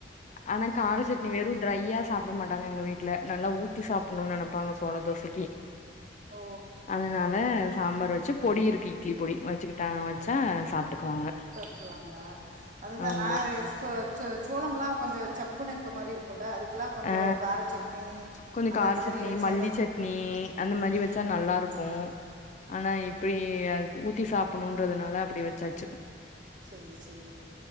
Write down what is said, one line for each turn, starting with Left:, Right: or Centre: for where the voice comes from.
Left: ஆனா கார
Right: ம்
Left: சட்னி வெறு ட்ரையா சாப்பிட மாட்டாங்க எங்க வீட்ல நல்லா ஊத் த்தி சாப்பிடணும்னு நெனைப்பாங்க சோள தோசைக்கு
Right: ஓ
Left: அதனால சாம்பார் வச்சு பொடி இருக்கு இட்லி பொடி வச்சுக்கிட்டாங்க வச்சா சாப்ட்டுக்குவாங்க
Right: <unintelligible> வாங்ளா அதுதா
Left: ஆமா
Right: நா எஸ் சோ ச்சோ சோளம்லா கொஞ்ச சப்புன்னு இருக்க மாரி இருக்குல அதுக் ட்லா கொஞ்சோ
Left: ஆ
Right: கார சட்னி
Left: கொஞ்ச
Right: அந்த
Left: கார
Right: மாரி
Left: சட்னி
Right: வச்சாதா
Left: மல்லி சட்னி அந்த மாரி
Right: ம்
Left: வச்சா
Right: ச்சா
Left: நல்லா இருக்கு
Right: நல்லாருக்கு
Left: ஆனா இப்பை அது ஊத்தி சாப்பணுன்றதுனால அப்டி வச்சாச்சு
Right: சேரி சேரி